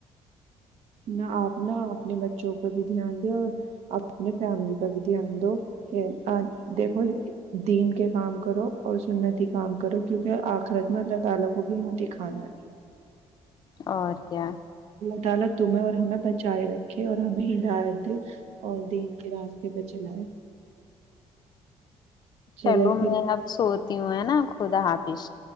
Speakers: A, on the right; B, on the left.
A: نہ آپ ن اپنے بچوں پر بھی دھیان دیں اور آپ اپنے فیملی پر بھی دھیان دو کہ دیکھو دین کے کام کرو اور سنتی کام کرو کیونکہ آخرت میں اللہ تعالی کو بھی منہتی کھانا ہے
B: اور کیا
A: الا تمہیں اور ہمیں بچائے رکھے اور ہمیں ہدایت دے اور دین کے راستے پہ چلائے چلے
B: چلو
A: پھر
B: میں اب سوتی ہوں ہے نا خدا حافظ